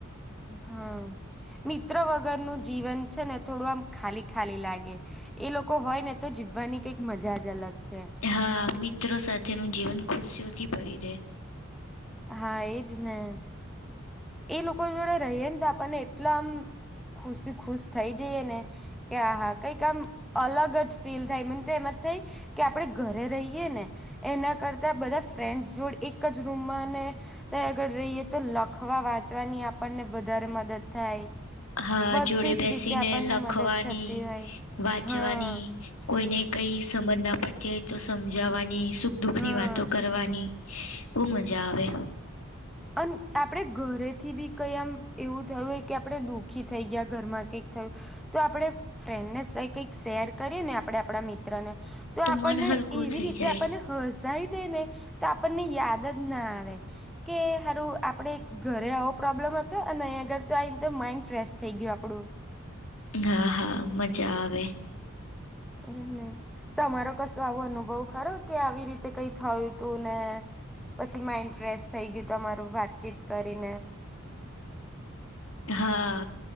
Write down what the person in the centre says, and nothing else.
હમ મિત્ર વગર નું જીવન છે ને થોડું આમ ખાલી ખાલી લાગે એ લોકો હોય ને તો જીવવાની કંઈક મજા જ અલગ છે.
હા એજ ને. એ લોકો જોડે રહીએ ને તો આપણને એટલા આમ ખુશી ખુશ થઈ જઈએ ને કે આ હા કઈક આમ અલગ જ ફીલ થાય મને તો એમાં થ કે આપણે ઘરે રહીએ ને એના કરતા બધા ફ્રેન્ડસ જોડે એક જ રૂમમાંને ત આગળ રહીેએ તો લખવા વાંચવાની આપણને વધારે મદદ થાય.
બધી
જ
રીતે આપણને
મદદ થતી હોય
હા
હા
અને આપડે ઘરેથી બી કઈ આમ એવું થયું હોય કે આપડે દુખ આખી થઈ ગયા ઘરમાં કંઈક થયું. તો આપડે ફ્રેન્ડને સ કઈક શેર કરીએ ને આપણે આપણા મિત્રને તો આપણને
એવી
રીતે
આપણને હ સહી થે ને તો આપણને યાદ જ ના આવે. કે સારું આપડે ઘરે આવો પ્રોબ્લેમ હ અનેહી અગર તો આને માઇન્ડ ફેશ થઈ ગયું આપડું
એમનેમ તમારો કશો આવો અનુભવ ખરો કે આવી રીતે કઈ થયું હતું ને પછી માઈન્ડ ફ્રેશ થઈ ગયું તમારું વાતચીત કરીને.